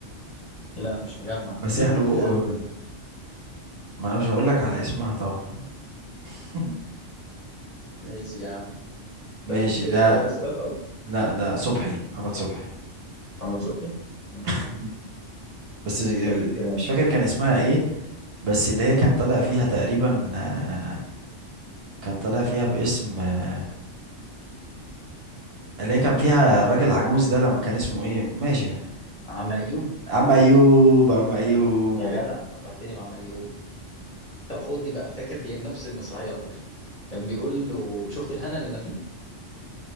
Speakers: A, on the left; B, on the right.
A: لا مش مجمع
B: ماسح
A: مين
B: له
A: مين
B: بقه
A: اللي قالها
B: بالمنديل
A: طيب
B: ما انا مش هقول لك على اسمها طبعا <laughs>
A: ماشي يا عم طيب
B: ماشي
A: آه،
B: ده
A: هو ده السؤال خلاص
B: لا ده صبحي محمد صبحي
A: محمد صبحي مم.
B: <laughs> مم. بس
A: طيب آه،
B: مش فاكر كان اسمها ايه بس اللي هي كان طالع فيها تقريبا آه، كان طالع فيها باسم آه، اللي هي كان فيها الراجل العجوز ده لما كان اسمه ايه ماشي ماشي
A: عم ايوب
B: اما ايوب اما ايوب
A: يا جدع فكرتني بعم ايوب طب خد دي بقى فاكر في ايه بنفس المسرحيه على فكره كان بيقول له شفت الهنا اللي انا فيه